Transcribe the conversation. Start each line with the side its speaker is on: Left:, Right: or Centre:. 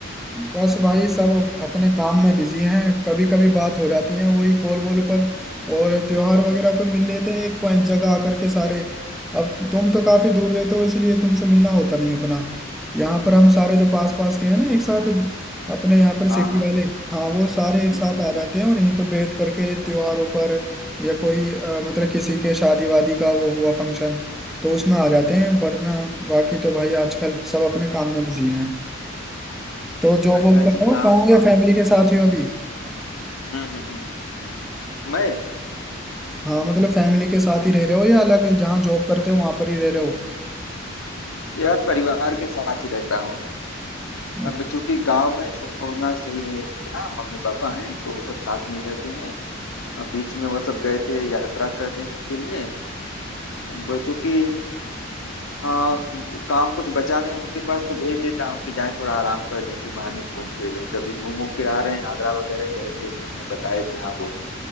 Centre: बस भाई सब अपने काम में बिजी हैं कभी कभी बात हो जाती है वही कॉल वॉल पर और त्योहार वगैरह पे मिल लेते हैं एक पॉइंट जगह आकर के सारे अब तुम तो काफी दूर रहते हो इसलिए तुमसे मिलना होता नहीं उतना यहाँ पर हम सारे जो पास पास के हैं ना एक साथ अपने यहाँ पर सिटी
Left: हाँ हाँ
Centre: वाले हाँ वो सारे एक
Left: हम्म
Centre: साथ
Left: हम्म
Centre: आ
Left: हम्म।
Centre: जाते हैं और यहीं पर बैठ करके त्योहारों पर या कोई अ, मतलब किसी के शादी वादी का वो हुआ फंक्शन तो उसमें आ जाते हैं वरना बाकी तो भाई आजकल सब अपने काम में बिजी हैं तो जॉब
Left: अच्छा
Centre: वॉब कर रहे
Left: जी हाँ
Centre: हो गाँव या
Left: हाँ
Centre: फैमिली के साथ ही हो अभी
Left: हम्म हम्म हम्म मैं
Centre: हाँ मतलब फैमिली के साथ ही रह रहे हो या अलग जहाँ जॉब करते हो वहां पर ही रह रहे
Left: यार परिवार के साथ ही रहता हूँ
Centre: हो
Left: अब चूंकि गांव में छोड़ना सही नहीं है ना मम्मी पापा हैं तो सब साथ में ही रहते हैं अ, बीच में वो सब गए थे यात्रा करने के लिए अब चूंकि हाँ काम कुछ बचा नहीं उनके पास तो भेज देता हूँ कि जाएं थोड़ा आराम कर लें इसी बहाने घूम फिर लें तभी घूम घूम के आ रहे हैं आगरा वगैरह गए थे उन्होंने बताया कि हाँ बहुत